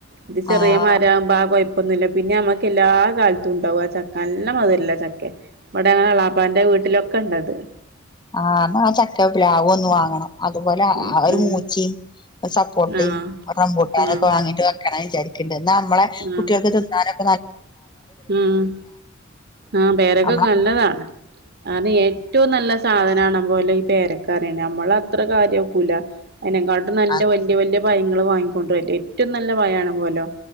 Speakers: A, on the right (about 50°); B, on the left (about 20°).
A: ഇത് ചെറിയ
B: ആഹ്
A: മരകുമ്പാ ആ കുഴപ്പൊന്നില്ല പിന്നെ നമ്മക്ക് എല്ലാ കാലത്തും- ഉണ്ടാവുക ചക്ക നല്ലാമധുരമുള്ള ചക്ക ഇവിടെ അങ്ങനെ ഉള്ളാപ്പാന്റെ വീട്ടിലൊക്കെ ഉണ്ടത്
B: ആ ആ ചക്ക പി്ലാവ ഒന്ന് വാങ്ങണം അതുപോലെ
A: ഉം ഉം
B: മൂച്ചി സപ്പോട്ടേയും
A: ആഹ്
B: റംബോട്ടാനൊക്കെ
A: ആഹ്
B: വാങ്ങിട്ട് വെക്ക വിചാരിക്കണ്ട് എന്നാ നമ്മളെ കുട്ടികൾക്ക്
A: ആഹ്
B: തിന്നാനും
A: ഉം ആഹ പേരക്കെ
B: നമ്മളെ
A: നല്ലതാണ് അ ഏറ്റവും നല്ല സാധനം ആണ പോലെ ഈ പേരക്കറാണ് നമ്മള- അത്ര കാര്യം ആക്കൂല്ല അതിനെക്കാട്ടും
B: ആഹ്
A: നല്ല വലയ വല്യ പഴങ്ങൾ വാങ്ങിക്കൊണ്ടരല്ലേ ഏറ്റവും നല്ല പഴാണ് പോലും